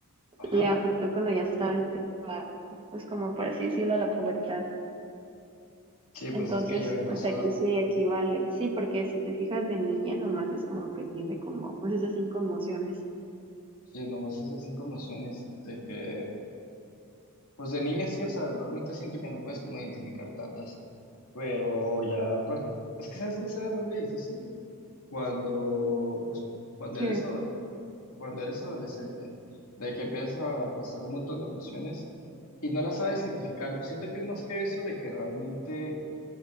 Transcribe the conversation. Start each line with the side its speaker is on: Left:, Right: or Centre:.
Left: Ajá.
Right: le afectó cuando ya estaba en trabajo, pues como por así decirlo, a la pubertad.
Left: Sí,
Right: Entonces,
Left: pues es que ya había
Right: pues
Left: pasado.
Right: aquí sí, aquí vale. Sí, porque si te fijas de niña, nomás es como que tiene como, pues esas cinco emociones.
Left: Sí, nomás esas cinco emociones de que, pues de niña sí, o sea, realmente siento que no puedes como identificar tantas, pero ya cuando, es que sabes que se vuelve difícil cuando, pues, cuando
Right: Sí,
Left: eres, ado- cuando eres adolescente, de que empiezas a pasar un montón de emociones y no las sabes identificar. Siento que es más que eso de que realmente